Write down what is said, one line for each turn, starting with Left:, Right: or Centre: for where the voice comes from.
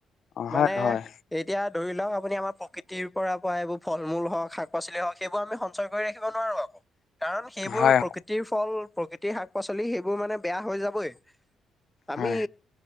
Left: অ'
Centre: মানে,
Left: হয় হয়
Centre: এতিয়া ধৰি লওক, আপুনি আমাৰ প্ৰকৃতিৰ পৰা এইবোৰ ফল মূল হওক শাক পচলি হওক সেইবোৰ আমি সঞ্চয় কৰি ৰাখিব <unintelligible> কাৰণ সেইবোৰ
Left: হয়
Centre: প্ৰকৃতিৰ ফল প্ৰকৃতিৰ শাক পাচলি সেইবোৰ মানে বেয়া হৈ যাবই, আমি
Left: হয়